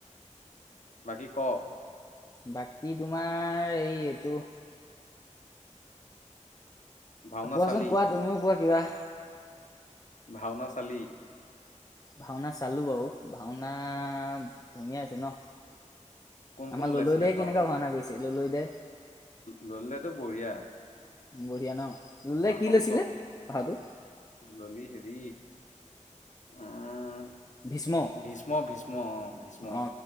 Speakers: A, on the left (about 70°); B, on the left (about 30°).
A: বাকী ক
B: বাকী তোমাৰ? আমাৰ এই-এইটো।
A: ভাওনা
B: কোৱাচোন
A: চালি
B: কোৱা। তুমিও কোৱা কিবা?
A: ভাওনা চালি?
B: ভাওনা চালোঁ বাৰু, ভাওনা ধুনীয়া হৈছে ন?
A: কোন
B: আমাৰ
A: কোন ওলাইছিলে
B: ললৈ দাই
A: ভাওনাত?
B: কেনেকুৱা ভাওনা কৰিছে ললৈ দাই
A: ললৈদাটো বঢ়িয়া।
B: বঢ়িয়া ন? লোলে
A: ভাষণ
B: কি লৈছিলে
A: চব,
B: পাহৰটো
A: ললি হেৰি। উম
B: ভীষ্ম
A: ভীষ্ম ভীষ্ম অ ভীষ্ম
B: অ